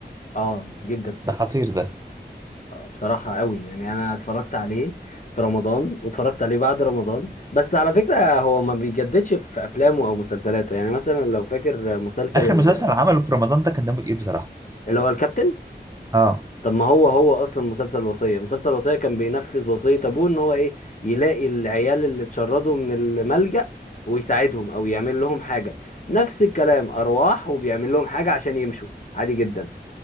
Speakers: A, on the left (about 45°); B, on the right (about 20°).
A: اه جدا
B: ده خطير ده
A: آه بصراحه قوي يعني انا اتفرجت عليه في رمضان واتفرجت عليه بعد رمضان بس على فكره هو ما بيجددش في افلامه او مسلسلاته يعني مثلا لو فاكر مسلسل
B: اخر
A: ال-
B: مسلسل عمله في رمضان ده كان دمه تقيل بصراحه
A: اللي هو الكابتن
B: اه
A: طب ما هو هو اصلا مسلسل الوصيه مسلسل الوصيه كان بينفذ وصيه ابوه ان هو ايه يلاقي العيال اللي اتشردوا من الملجأ ويساعدهم او يعمل لهم حاجه نفس الكلام ارواح وبيعمل لهم حاجه عشان يمشوا عادي جدا